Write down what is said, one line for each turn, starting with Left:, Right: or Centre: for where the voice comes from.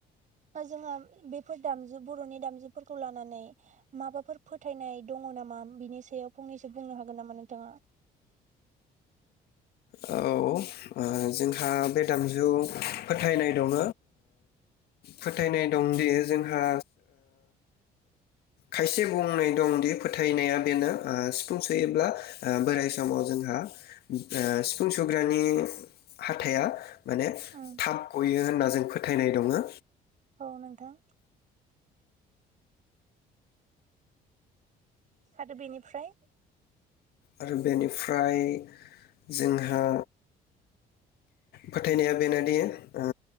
Right: जोहा बेफोर दामजु बर'नि दामजुफोरखौ लानानै माबाफोर फोथायनाय दंङ नामा? बिनि सायाव फंनैसो बुंनो हागोन नामा नोंथाङा?
Left: औ जोंहा बे दामजु फोथायनाय दंङ फोथायनाय दंदि जोंहा खायसे बुंनाय दंदि फोथायनाया बेनो सिफुं सोयोब्ला बोराय समाव जोंहा ओ सिफुं सुग्रानि हाथाइया माने
Right: उम
Left: थाब गयो होनना जों फोथायनाय दङो।
Right: औ नोंथां आरो बेनिफ्राय?
Left: आरो बेनिफ्राय जोंहा फोथायनाया बेनोदि ओ